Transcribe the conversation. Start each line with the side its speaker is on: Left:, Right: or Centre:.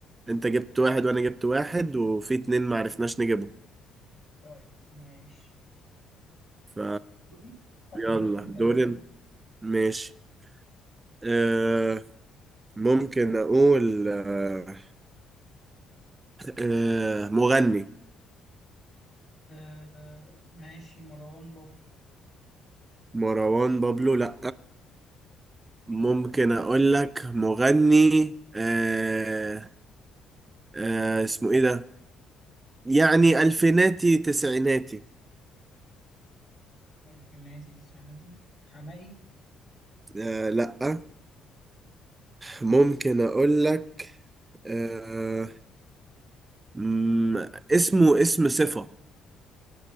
Right: انت جبت واحد وانا جبت واحد وفي اتنين معرفناش نجيبهم
Left: طيب ماشي
Right: ف
Left: دوري آه،
Right: يلا
Left: دورك انت
Right: دورين
Left: بقى
Right: ماشي آه ممكن اقول آه آه مغني
Left: آه ماشي مروان بابلو
Right: مروان بابلو لأ ممكن اقول لك مغني آه آه اسمه ايه ده يعني الفيناتي تسعيناتي
Left: الفيناتي تسعيناتي حمائي
Right: آه لأ ممكن اقول لك آه مم، اسمه اسم صفة